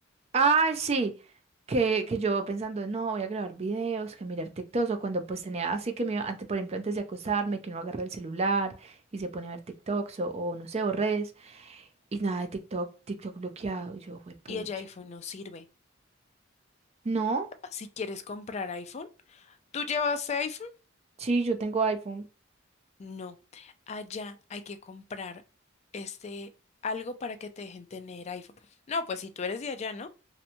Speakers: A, on the right (about 30°); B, on the left (about 35°).
A: Ah, sí, que, que yo pensando, no, voy a grabar videos, que mirar TikToks, o cuando pues tenía así que me iba, antes, por ejemplo, antes de acostarme, que uno agarra el celular y se pone a ver TikToks o, o no sé, o redes, y nada de TikTok, TikTok bloqueado, y yo, pucha.
B: y el iPhone no sirve.
A: No,
B: Si quieres comprar iPhone, ¿tú llevas iPhone?
A: Sí, yo tengo iPhone.
B: No, allá hay que comprar este algo para que te dejen tener iPhone. No, pues si tú eres de allá, ¿no?